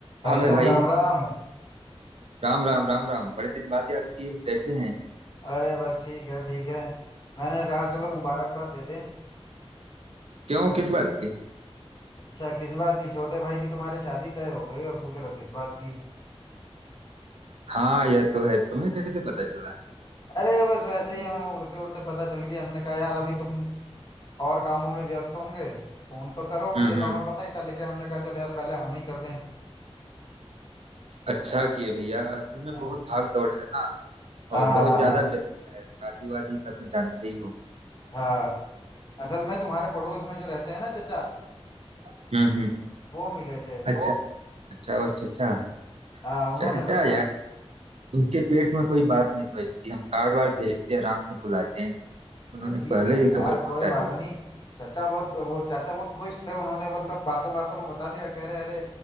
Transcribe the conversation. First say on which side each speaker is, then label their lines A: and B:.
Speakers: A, on the left (about 40°); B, on the right (about 70°).
A: भाई
B: हाल है
A: साहब
B: भाई
A: राम राम
B: राम राम राम राम बड़े दिन बाद याद किए कैसे हैं
A: अरे बस ठीक है ठीक है मैंने कहा चलो मुबारकबाद दे दें
B: क्यों किस बात की
A: अच्छा किस बात की छोटे भाई की तुम्हारी शादी तय हो गई और पूछ रहे हो किस बात की
B: हाँ यह तो है तुम्हें कैसे पता चला है
A: अरे बस वैसे ही हमें उड़ते उड़ते पता चल गया हमने कहा यार अभी तुम और कामों में व्यस्त होंगे फोन तो करोगे
B: हम्म
A: ये तो
B: हम्म
A: हमें पता ही था लेकिन हमने कहा चलो यार पहले हम ही कर दें
B: अच्छा किए भैया असल में
A: हाँ
B: बहुत भाग दौड़ है ना
A: हाँ
B: और बहुत ज्यादा
A: हाँ
B: व्यस्तता है शादी वादी का तो जानते ही हो
A: हाँ असल में तुम्हारे पड़ोस में जो रहते हैं ना चचा
B: हम्म हम्म
A: वो मिले थे
B: अच्छा अच्छा और चचा
A: हाँ उन्होंने
B: चचा
A: बताया
B: यार उनके पेट में कोई बात नहीं पचती हम कार्ड वार्ड भेजते हैं आराम से बुलाते हैं उन्होंने
A: अरे ठीक
B: पहले
A: है
B: ही
A: यार
B: खबर पहुंचा
A: कोई बात
B: दी
A: नहीं चाचा बहुत वो चाचा बहुत खुश थे उन्होंने मतलब बातों बातों में बता दिया कह रहे अरे